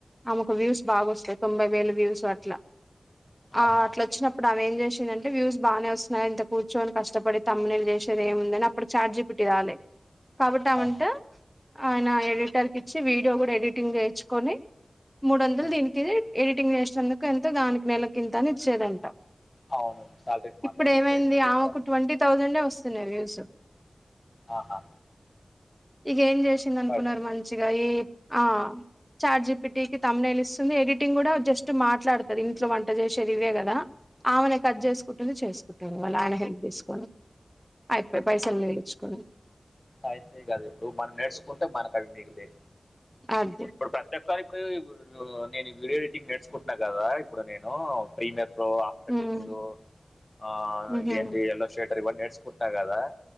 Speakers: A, in the centre; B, on the left (about 35°).
A: ఆమెకు వ్యూస్ బాగా వస్తాయి తొంభై వేలు వ్యూస్ అట్లా
B: ఆహా,
A: ఆ అట్లా వచ్చినప్పుడు ఆమె ఏం చేసిందండి అంటే వ్యూస్ బాగానే వస్తున్నాయి ఇంత కూర్చొని కష్టపడి తమిళ్ చేసేది ఏముంది అని అప్పుడు ఛార్జీ పెట్టి రాలె కాబట్ అమంట
B: ఆ,
A: ఆయన ఎడిటర్ కి ఇచ్చి వీడియో కూడా ఎడిటింగ్ చేయించుకొని మూడు వందలు
B: ఆ,
A: దీనికి ఎడిటింగ్ చేసినందుకు ఎంత దానికి నెల కి ఇంత అని ఇచ్చేదంట
B: అవును సాలరీ మాట్లాడుకుంటారు
A: ఇప్పుడు ఏమైంది
B: రేటింగ్ చేసి
A: ఆమెకు
B: వాళ్ళు
A: ట్వంటీ థౌజండ ఏ వస్తున్నాయి వ్యూస్
B: ఆహా
A: ఇక ఏం చేసింది అనుకున్నారు
B: పర్-
A: మంచిగా ఈ ఆ చార్ట్ జి పి టి కి తమ్మినేల్ ఎడిటింగ్ కూడా జట్ మాట్లాడుతుంది ఇంట్లో వంట చేసే ఇవే కదా ఆమె కట్
B: ఆహా.
A: చేసుకుంటుంది చేసుకుంటుంది వాళ్ళ ఆయన హెల్ప్ తీసుకొని అయిపోయి పైసలు మిగిలించుకోవడం
B: అయితే కదు ఇప్పుడు మనం నేర్చుకుంటే మనకు అవి మిగిలి
A: అదే
B: ఇప్పుడు ప్రతి అబ్బాయి ఇప్పుడు నేను వీడియో ఎడిటింగ్ నేర్చుకుంటన్నా కదా ఇప్పుడు నేను ప్రీమర్ ఆఫ్టర్ ఎఫెక్ట్స్
A: ఉమ్
B: ఆంటి
A: ఉహు
B: ఎల్లో స్టేటర్ ఇవ చూసుకుంటా కదా